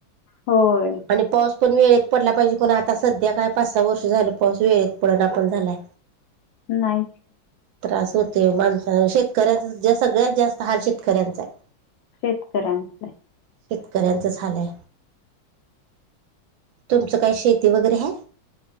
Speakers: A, on the left (about 75°); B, on the right (about 75°).
A: होय
B: आणि पाऊस पण वेळेत पडला पाहिजे पण आता सध्या काय पाच सहा वर्ष झालं पाऊस वेळेत पडना पण झालाय
A: नाही
B: त्रास होते माणसा शेतकऱ्यांचा सगळ्यात जास्त हार शेतकऱ्यांचा आहे
A: शेतकऱ्यांचं आहे
B: शेतकऱ्यांचं झालंय तुमचं काय शेती वगैरे आहे